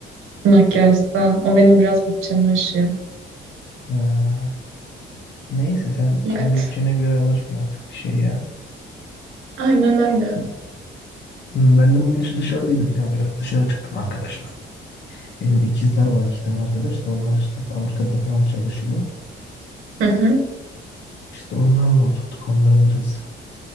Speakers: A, on the right; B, on the left.
A: Makyajda. O benim biraz bütçemi aşıyor.
B: Ha. Neyse sen kendi
A: Evet.
B: bütçene göre alırsın artık bir şey ya.
A: Aynen öyle.
B: Hmm, Ben de bugün işte dışarıdaydım ya biraz dışarı çıktım arkadaşla. Benim ikizler var iki tane arkadaş da onlar işte fabrikada falan çalışıyor.
A: Hı hı.
B: İşte onlarla oturduk onların biraz